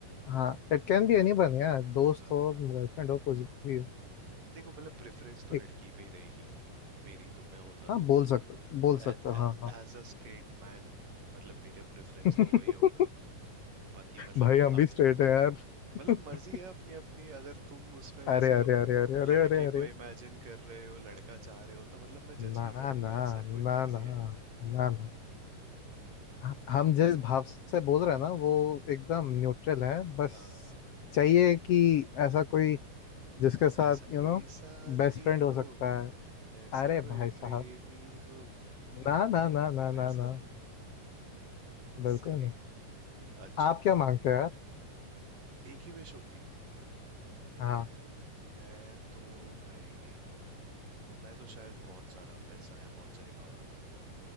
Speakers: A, on the left; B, on the right.
A: हाँ it can be anyone यार दोस्त
B: हाँ
A: हो
B: हाँ
A: गर्लफ्रेंड हो कुछ भी हो
B: देखो मतलब प्रेफरेंस तो लड़की
A: एक
B: पे ही रहेगी मेरी तो मैं होता
A: हाँ
B: तो
A: बोल सकते हो बोल सकते
B: as
A: हो हाँ हाँ
B: as a straight man मतलब मेरा प्रेफरेंस
A: <laughs>
B: तो वही होगा बाकी मतलब
A: भाई हम भी
B: अप
A: स्ट्रेट है यार
B: मतलब
A: <laughs>
B: मर्जी है अपनी अपनी अगर तुम उसमें किसी
A: अरे
B: लो-
A: अरे अरे अरे
B: लड़के
A: अरे अरे अरे
B: को इमेजिन कर रहे हो लड़का चाह रहे हो तो मतलब मैं जज
A: ना
B: नहीं करूंगा
A: ना
B: ऐसा
A: ना
B: कोई मर्जी
A: ना
B: है
A: ना ना ह- हम जिस भाव से बोल रहे हैं ना वो एकदम न्यूट्रल है बस
B: हाँ
A: चाहिए कि ऐसा कोई जिसके साथ
B: ऐसा
A: यू
B: कोई
A: नो
B: साथी
A: बेस्ट फ्रेंड हो
B: हो
A: सकता है
B: ऐसा
A: अरे
B: कोई
A: भाई साहब
B: प्रेमी हो
A: ना ना ना ना
B: वैसा
A: ना ना बिल्कुल
B: सही
A: नहीं
B: अच्छा
A: आप क्या मांगते हो यार
B: एक ही विश होती
A: हाँ।
B: मैं तो भाई मैं तो शायद बहुत सारा पैसा या बहुत सारी पावर मांगता